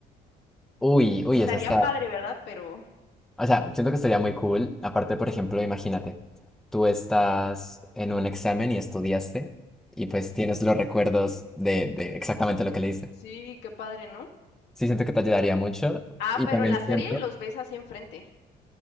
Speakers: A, in the centre; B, on the left (about 80°).
A: Uy, uy,
B: Estaría
A: esa está,
B: padre, ¿verdad? Pero,
A: O sea, siento que sería muy cool. Aparte, por ejemplo, imagínate, tú estás en un examen y estudiaste y pues
B: ujú.
A: tienes los recuerdos de, de exactamente lo que leíste.
B: Sí, qué padre, ¿no?
A: Sí, siento que te ayudaría mucho
B: Ah,
A: y
B: pero
A: también
B: en la
A: siento
B: serie los ves así enfrente.